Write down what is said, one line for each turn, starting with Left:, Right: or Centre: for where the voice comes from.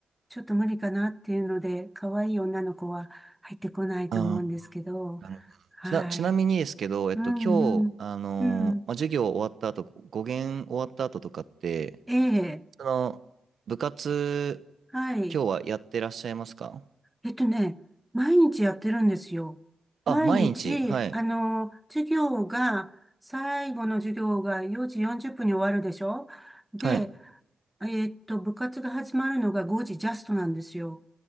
Centre: ちょっと無理かなっていうので、可愛い女の子は入ってこないと思うんですけど、
Right: ああ、なるほど。
Centre: はい。
Right: ちな、ちなみにですけど、えっと、
Centre: うんうん。
Right: 今日、あのーまあ、
Centre: うん。
Right: 授業終わった後、語源終わった後とかって、
Centre: ええ。
Right: その、部活、
Centre: はい。
Right: 今日はやってらっしゃいますか
Centre: えっとね、毎日やってるんですよ。
Right: あ、
Centre: 毎日、
Right: 毎日、はい、
Centre: あの、授業が、最後の授業が4時40分に終わるでしょで、
Right: はい。
Centre: えっと、部活が始まるのが5時ジャストなんですよ。